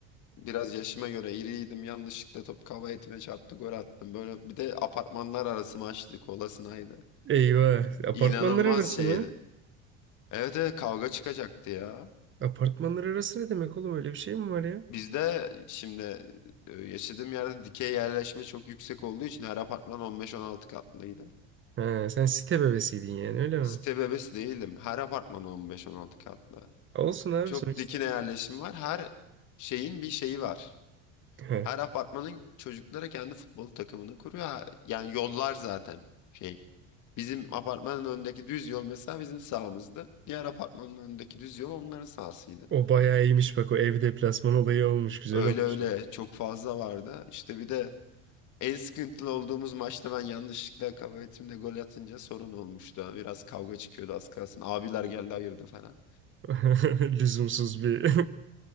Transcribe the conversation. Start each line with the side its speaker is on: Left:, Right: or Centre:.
Left: Biraz yaşıma göre iriydim. Yanlışlıkla top kaba etime çarptı gol attım. Böyle bir de apartmanlar arası maçtı. Kolasınaydı.
Right: Eyvah.
Left: İ-
Right: Apartmanlar
Left: İnanılmaz
Right: arası
Left: şeydi.
Right: mı?
Left: Evet evet kavga çıkacaktı ya.
Right: Apartmanlar arası ne demek oğlum? Öyle bir şey mi var ya?
Left: Bizde şimdi e, yaşadığım yerde dikey yerleşme çok yüksek olduğu için her apartman 15-16 katlıydı.
Right: Ha, sen site bebesiydin yani öyle mi?
Left: Site bebesi değildim. Her apartman 15-16 katlı.
Right: Olsun abi
Left: Çok
Right: sonuçta.
Left: dikine yerleşim var. Her şeyin bir şeyi var.
Right: <laughs>
Left: Her apartmanın çocuklara kendi futbol takımını kuruyor. Ha- Yani yollar zaten şey. Bizim apartmanın önündeki düz yol mesela bizim sahamızdı. Diğer apartmanın önündeki düz yol onların sahasıydı.
Right: O bayağı iyiymiş bak o ev deplasman olayı olmuş güzel
Left: Öyle
Right: olmuş
Left: öyle
Right: ya.
Left: çok fazla vardı. İşte bir de en sıkıntılı olduğumuz maçta ben yanlışlıkla kaba etimle gol atınca sorun olmuştu. Biraz kavga çıkıyordu az kalsın. Abiler geldi ayırdı falan.
Right: <laughs> Lüzumsuz bir.